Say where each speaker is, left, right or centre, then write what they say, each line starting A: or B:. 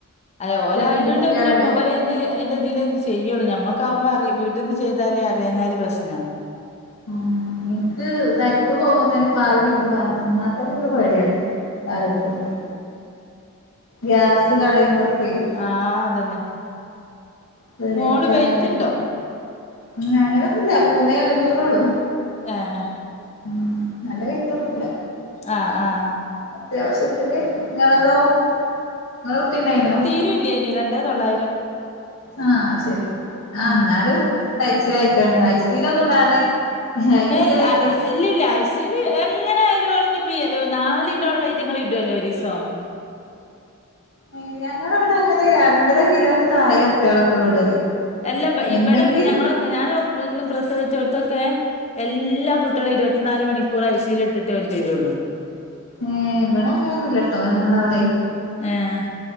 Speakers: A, on the left; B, on the left.
A: അത് ഓല് ആയെയ്നോട്
B: കുഞ്ഞു കുട്ടികളല്ലേ
A: പിന്നെ ഓല പിന്നെ അയ്ന്റെറതിലെ ചെയ്യുള്ളൂ ഞമ്മുക്കാവുമ്പോ വീട്ട്ന്ന് ചെയ്താലേ അറിയാഞ്ഞാല് പ്രശ്നാ,
B: ഉം എനിക്ക് തരിപ്പ് പോകുമ്പോ തന്നെ പാലുടി വന്നാത്തന്നെ ഇൻക്ക് പേടിയാണ് പാല് കൊടുക്കുമ്പോ ഗ്യാസ് കളയുമ്പളൊക്കെയ്
A: ആഹ് അതന്നെ
B: ചെറിയ
A: മോള്
B: കുട്ട്യാളല്ലേ
A: വെയിറ്റ്ണ്ടോ
B: ഉം അങ്ങനൊന്നുല്ല മൂന്നേ ഒരുന്നൂറൊള്ളൂ,
A: ആഹ്
B: ഉം നല്ല വൈറ്റൊന്നുംല്ല
A: ആഹ് ആഹ്
B: അത്യാവശ്യത്തിന് ഇങ്ങളതോ ഇങ്ങളെ കുട്ടിണ്ടായിനോ
A: ട്ടില്ലായ്നി രണ്ടെ തൊള്ളായിരം,
B: ആഹ് അഹ് ശെരി ആ
A: ഉം
B: ഇന്നാലും കയിച്ചിലായിക്കാണ് ഐ സി യു ലൊന്നും ഇടാതെ. അയിനില്ല
A: ഏഹ് ഇൽ
B: വെയിറ്റ്
A: ആഹ് ആഹ് ഇല്ല ഇല്ല ഐ സി യു വിൽ എങ്ങനെ ആയാലും ഓലിഞ്ഞിപ്പോ നാല് കിലോ ഉള്ളായിട്ട്ങ്ങളെ ഇടോല്ലോ ഒരീസം.
B: ഏഹ് ഞങ്ങളെവിടെ അങ്ങനെ രണ്ടര കിലോന്റെ തായല്ലെ കുട്ടികളൊക്കെ ഉള്ളൂ ഇടല്.
A: അല്ല ഇവി ഇവിടെക്കെ
B: എന്തെങ്കിലും
A: ഞങ്ങളൊക്കെ ഞാൻ പ്രസവിച്ചോടത്തൊക്കെ. എല്ലാ കുട്ടികളേം ഇരുപത്തിനാല് മണിക്കൂർ ഐ സി യു വിൽ ഇട്ടിട്ടേ ഓല്തരുള്ളൂ.
B: ഏഹ് ഇവിടെ അങ്ങനൊന്നുല്ലട്ടോ ഞങ്ങള അവിടെ.
A: ഏഹ്